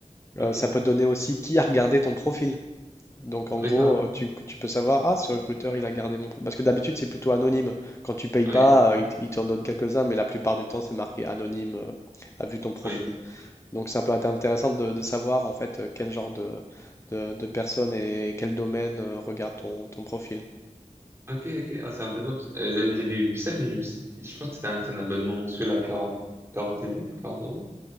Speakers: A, on the left (about 20°); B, on the right (about 20°).
A: Euh,
B: ok
A: ça peut donner aussi qui a regardé ton profil. Donc, en
B: d'accord
A: gros, euh, tu, tu peux savoir, ah, ce recruteur, il a gardé mon profil. Parce que d'habitude, c'est plutôt anonyme. Quand tu payes pas,
B: oui
A: euh, il, il t'en donne quelques-uns, mais la plupart du temps, c'est marqué anonyme, euh, a vu ton profil.
B: oui
A: Donc ça peut être intéressant de, de savoir en fait euh, quel genre de, de, de personnes et quel domaine euh, regarde ton, ton profil.
B: ok ok ah, c'est intéressant parce que, euh, j'a- j'avais vu ça mais je, me suis- je pense que c'était un, c'est un abonnement mensuel à 40 40 TD 40 euros